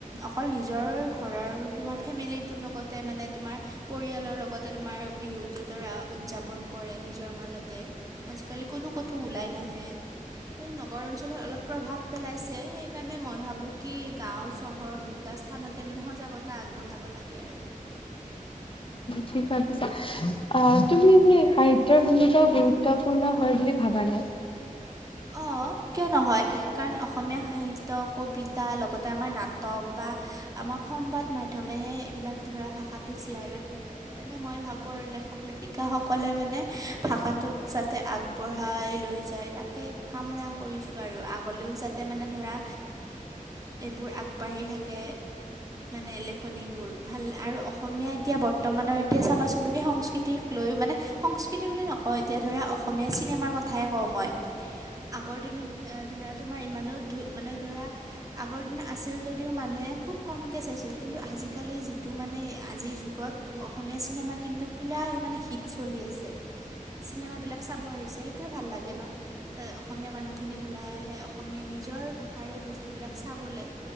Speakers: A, on the right; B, on the left.
A: অকল নিজৰ ঘৰৰ তোমাৰ ফেমিলিটোৰ লগতে মানে তোমাৰ পৰিয়ালৰ লগতে তোমাৰ বি <unintelligible> উদযাপন কৰে নিজৰ মাজতে আজিকালি কোনো কতো ওলাই নাহে। তে নগৰ অঞ্চলত অলপ প্ৰভাৱ পেলাইছে সেইবাবে মই ভাবো কি গাওঁ চহৰ দুট দুটা স্থানতে মানে সজাগতা আগবঢ়াব লাগে আৰু।
B: কি ভাবিছা অ'
A: উম
B: তুমি এনেই সাহিত্যৰ ভূমিকাও গুৰুত্ব গুৰুত্বপূৰ্ণ হয় বুলি ভাবানে?
A: অঁ, কিয় নহয়? সেইকাৰণে অসমীয়া সাহিত্য, কবিতা লগতে আমাৰ নাটক বা আমাক সংবাদ মাধ্যম মাধ্যমেহে এইবিলাক ধৰা ভাষাটো জীয়াই ৰাখে সেইকাৰণে মই ভাবোঁ আৰু লেখক-লেখিকাসকলে মানে মানে ভাষাটোক যাতে আগবঢ়াই লৈ যায় তাকে কামনা কৰিছোঁ আৰু আগলৈও যাতে মানে ধৰা এইবোৰ আগবাঢ়ি থাকে। <inaudible> মানে লেখনিবোৰ ভাল আৰু অসমীয়া এতিয়া বৰ্তমানৰ এতিয়া চাবাচোন তুমি সংস্কৃতিক লৈ মানে সংস্কৃতি বুলি নকওঁ এতিয়া ধৰা অসমীয়া চিনেমাৰ কথাই কওঁ মই আগৰ দিনত এ ধৰা তোমাৰ ইমানো ধু মানে ধৰা আগৰ দিন আছিল যদিও মানুহে খুব কমকৈ চাইছিল কিন্তু আজিকালি যিটো মানে আজিৰ যুগত অসমীয়া চিনেমা কিন্তু পুৰা হিট চলি আছে চিনেম বিলাক চাব আহিছে সেইটোয়ে ভাল লাগে ন অসমীয়া মানুহখিনি ওলাই আহে অসমীয়া নিজৰ ভাষাৰে বস্তুবিলাক চাবলৈ